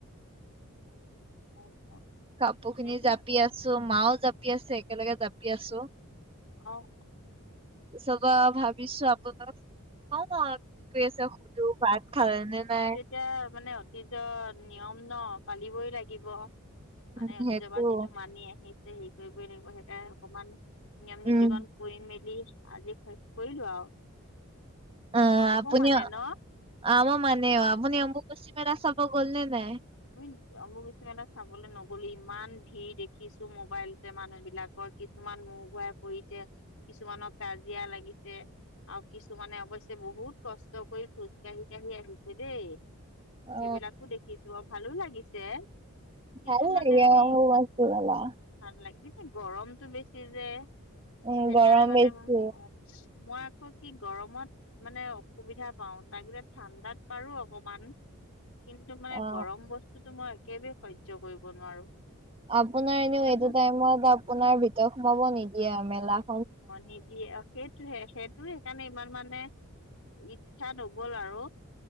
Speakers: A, on the left; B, on the right.
A: <unintelligible>
B: কাপোৰখিনি
A: সেইটো
B: জাপি আছোঁ, মাওঁ জাপি আছে, একেলগে জাপি আছোঁ।
A: অ'।
B: <unintelligible> কৰি আছে সুধো ভাত খালে নে নাই।
A: তিয়া মানে অতীজৰ নিয়ম ন' পালিবই লাগিব। মানে
B: উম
A: অতীজৰ
B: সেইটো
A: পৰা যিটো মানি আহিছে হেৰি কৰিবই লাগিব সেইকাৰণে অকমান নিয়ম
B: উম
A: নীতি কন কৰি মেলি আজি শেষ কৰিলোঁ আৰু।
B: অ'
A: তোমালোকেও
B: আপুনি
A: মানে ন
B: আমা মানে আপুনি অম্বুবাচি মেলা চাব গ'ল নে নাই?
A: আমি অম্বুবাচী মেলা চাবলৈ নগ'লো। ইমান ভিৰ দেখিছোঁ মোবাইলতে মানুহবিলাকৰ। কিছুমান মুৰ ঘুৱাই পৰিছে, কিছুমানৰ কাজিয়া লাগিছে আৰু কিছুমানে অৱশ্যে বহুত কষ্ট কৰি খোজ কাঢ়ি কাঢ়ি আহিছে দেই।
B: অ
A: সেইবিলাকো দেখিছোঁ আৰু ভালো লাগিছে। কিন্তু
B: ভাল লাগে
A: মানে আমি
B: অ' অম্বুবাচী মেলা।
A: ভাল লাগিছে গৰমতটো বেছি যে
B: উম
A: সেইকাৰণে
B: গৰম
A: মানে
B: বেছি
A: অ'। মই আকৌ কি গৰমত মানে অসুবিধা পাও তাগিলে ঠাণ্ডাত পাৰো অকমান কিন্তু মানে
B: অ
A: গৰম বস্তুতো মই একেবে সহ্য কৰিব নোৱাৰো।
B: আপোনাৰ
A: সেইকাৰণে
B: এনেও এইটো টাইমত আপোনাৰ ভিতৰত সোমাব নিদিয়ে মেলা
A: অ', নিদিয়ে অ। সেইটোহে সেইটো সেইকাৰণে ইমান মানে ইচ্ছা নগল আৰু।